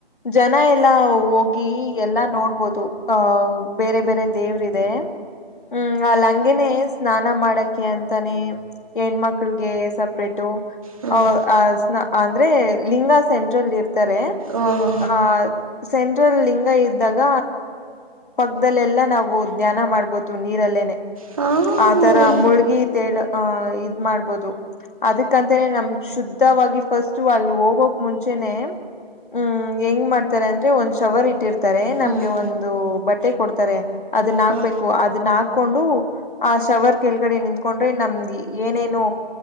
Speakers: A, on the left; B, on the right.
A: ಜನ ಎಲ್ಲಾ ಹೋಗಿ ಎಲ್ಲಾ ನೋಡ್ಬೋದು ಅಹ ಬೇರೆ ಬೇರೆ ದೇವ್ರ ಇದೆ ಹ್ಮ್ ಅಲ್ಲಂ ಹಾಗೇನೆ ಸ್ನಾನ ಮಾಡಕ ಅಂತಾನೆ ಹೆಣ್ಮಕ್ಳಗೆ ಸಪ್ರೇಟು
B: ಹ್ಮ್
A: ಅ ಅಂದ್ರೆ ಲಿಂಗ ಸೆಂಟ್ರಲ್ ಇರ್ತ
B: ಓ ಹೋ
A: ಆ ಸೆಂಟ್ರಲ್ ಲಿಂಗ ಇದ್ದಾಗ ಪಕ್ಕದಲ್ಲೆಲ್ಲಾ ನಾವು ಜ್ಞಾನ ಮಾಡ್ಬ ನೀರಲ್ಲೇನೆ
B: ಹೋ
A: ಆತರ
B: ಹೋ
A: ಮುಳ್ಗಿ ತೇಳ ಅಹ ಇದ್ ಮಾಡ್ಬೋದು ಅದಕಂತೆ ನಮ್ ಶುದ್ಧವಾಗಿ ಫಸ್ಟ್ು ಅಲ್ಲಿ ಹೋಗೋಕ್ ಮುಂಚ ಮುಂಚೆ ಹ್ಮ್ ಹೆಂಗ್ ಮಾಡ್ತಾರೆ ಅಂದ್ರೆ ಒಂದ್ ಶವರ್ ಇಟ್ಟಿರ್ತಾರೆ
B: ಹ್ಮ್
A: ನಮ್ಗೆ ಒಂದು ಬಟ್ಟೆ ಕೊಡ್ತಾರೆ ಅದನ್ನ ಆಗ್ಬೇಕ
B: ಹಾ
A: ಹಾಕೊಂಡು ಆ ಶವರ್ ಕೆಳಗಡೆ ನಿಂತ್ಕೊಂಡ್ರೆ ನಮ್ದ ಏನೇನು